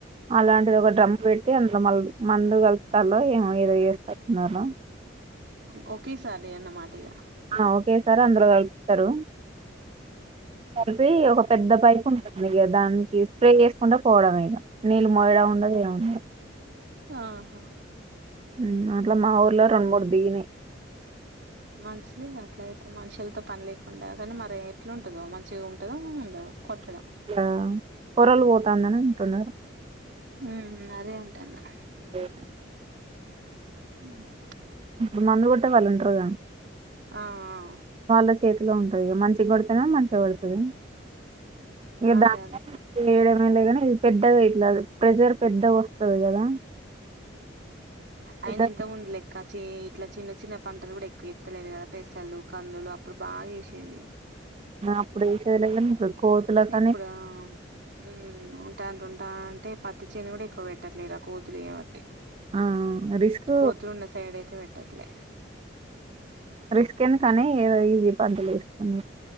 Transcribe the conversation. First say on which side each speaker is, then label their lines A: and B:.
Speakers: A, on the right; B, on the right.
A: అలాంటిది ఒక డ్రమ్ పెట్టి అందులో మల్లు మందు కలుపుతాల్లో ఏమో ఏదో చేస్తట్టు ఉన్నరు.
B: ఓకేసారి అన్న మాటేయిగ
A: ఆ ఓకేసారి అందులో కలుప్తరు. కలిపి ఒక పెద్ద పైపు ఉంటుంది ఇగ దాని కిస్తే ఎసుకుంట పోవడమే ఇగా నీళ్ళు మోయడము ఉండదు ఎముండదు.
B: ఆహా
A: హ్మ్ అట్లా మా ఊర్ల రెండు మూడు దిగినయి.
B: మంచిదేగా అట్ల అయితే మనుషులతో పని లేకుండా కానీ మరి ఎట్లుంటదో మంచిగా ఉంటదో ఉండదో కొట్టడం.
A: ఆ కొరలు పోతాందని అంటున్నరు.
B: హ్మ్ అదే అంటన్నా.
A: ఏది
B: హ్
A: ఇప్పుడు మందు కోట్టేవాళ్ళు ఉంటరుగా
B: ఆ ఆ
A: వాళ్ళ చేతిలో ఉంటది ఇగ మంచిగా కొడితేనేమో మంచిగా పడుతది. ఇగ
B: ఆ అదే
A: దా
B: అదే
A: ఏయడమే ఎం లేదు కానీ ఇది పెద్దగా ఇట్లా ప్రెజర్ పెద్దగా వస్తది కదా
B: అయినా
A: పెద్ద
B: ఇంతక ముందు లె ఇంకా చి ఇట్లా చిన్న చిన్న పంటలు కూడా ఎక్కువ ఎత్తలేరు కదా పెసల్లు, కందులు అప్పుడు బాగా ఎశేది.
A: అప్పుడు ఏసేదిలే కానీ ఇప్పుడు కోతుల కానీ
B: ఇప్పుడా ఉ ఉంటారు ఉంటా అంటే పత్తి చేను కూడా ఎక్కువ పెట్టట్లేరు ఆ కోతులు చేయబట్టి
A: ఆ రిస్క్
B: కొతులున్న సైడయితే పెట్టట్లే.
A: రిస్క్ ఏందుకు అని ఎదో ఈజీ పంటలు ఎసుకున్నరు.